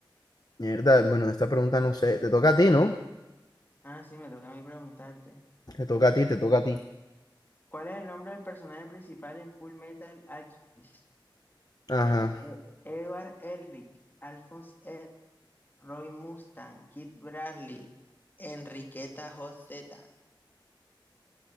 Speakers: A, on the left; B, on the left.
A: mierda, bueno, esta pregunta no sé, te toca a ti, ¿no?
B: Ah, sí, me toca a mí preguntarte.
A: Te toca a ti, te toca a ti.
B: ¿Cuál es el nombre del personaje principal en Full Metal Alchemist?
A: Ajá.
B: Eh, Edward Elric, Alphonse Ed, Roy Mustang, Kid Bradley, Enriqueta Joseta.